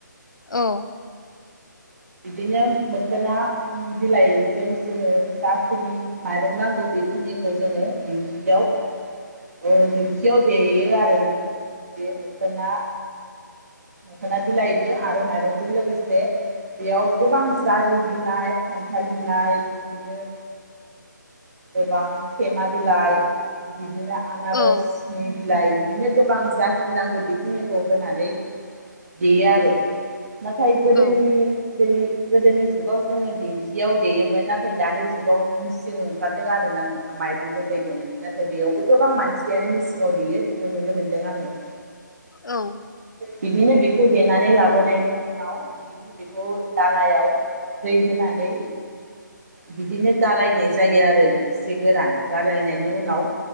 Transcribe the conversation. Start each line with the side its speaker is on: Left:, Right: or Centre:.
Left: औ
Right: बिदिनो मोखोना बिलाइजों जोङो जाखिनि माइरं नांगौ बेखिनिखौ जोङो दिंखियाव ओ दिंखियाव देयो आरोना नोंथां बे मोखोना मोखोना बिलाइजों आरो माइरंजों लोगोसे बेयाव गोबां जारि बिलाइ खान्थाल बिलाइ बिदिनो गोबां सेमा बिलाइ बिदिनो आनारसनि
Left: औ
Right: बिलाइ बिदिनो गोबां जाखिनि नांगौ बेखिनिखौ होनानै देयो आरो। नाथाय गोदोनि
Left: औ
Right: गोदोनि गोदोनि जुगाव जोङो दिं खियाव देयोमोन नाथाय दानि जुगाव मेसिं ओं खारदों आरोना नोंथां माइरं गुनदै देनो। नाथाय बेयावबो गोबां मानसियानो मेसिङाव देयो बेखौ नुनो मोनदों आङो।
Left: औ
Right: बिदिनो बेखौ देनानै लाबोनायनि उनाव बिदिनो बेखौ दालायाव दै होनानै बिदिनो गालायनाय जायो आरोना एसे गोरानै गालायनायनि उनाव